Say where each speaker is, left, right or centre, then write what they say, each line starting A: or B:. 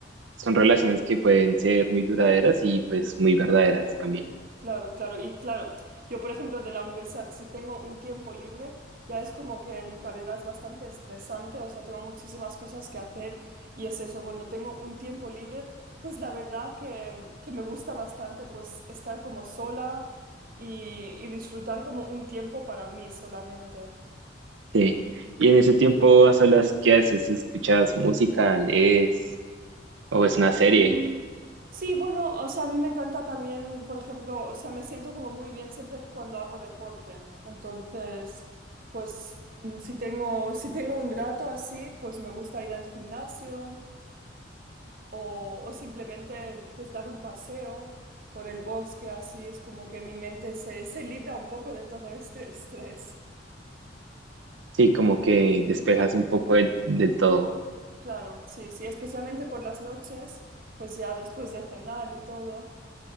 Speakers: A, on the right; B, on the right.
A: son relaciones que pueden ser muy duraderas y pues muy verdaderas también.
B: Claro, claro. Y claro, yo por ejemplo de la universidad, si tengo un tiempo libre, ya es como que mi carrera es bastante estresante, o sea, tengo muchísimas cosas que hacer y es eso, cuando tengo un tiempo libre, pues la verdad que, que me gusta bastante pues estar como sola y, y disfrutar como un tiempo para mí solamente.
A: Sí. Y en ese tiempo a solas, ¿qué haces? ¿Escuchas música, lees o ves una serie?
B: Mm, Sí, bueno, o sea, a mí me encanta también, por ejemplo, o sea, me siento como muy bien siempre cuando hago deporte. Entonces, pues mm, si tengo, si tengo un rato así, pues me gusta ir al gimnasio o, o simplemente pues dar un paseo por el bosque, así es como que mi mente se, se libra un poco de todo este <laughs> estrés.
A: Sí, como que despejas un poco del, del todo.
B: Claro, sí, sí, especialmente por las noches, pues ya después de cenar y todo.